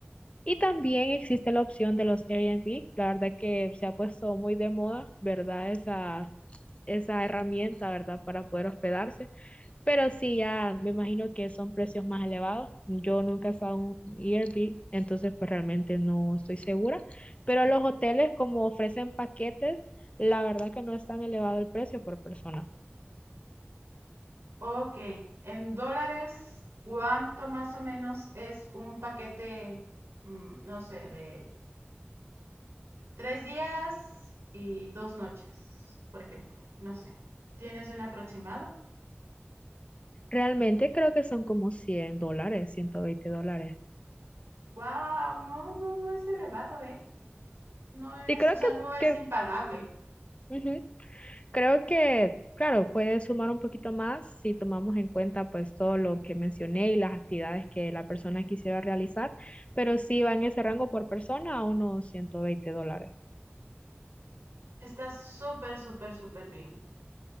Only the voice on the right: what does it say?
Ok, en dólares, ¿cuánto más o menos es un paquete, mm, no sé, de tres días y dos noches, por ejemplo? No sé. ¿Tienes un aproximado?
Wow, no, no, no es elevado, ¿eh? No es,
o sea,
no es
impagable.
Está súper, súper, súper bien.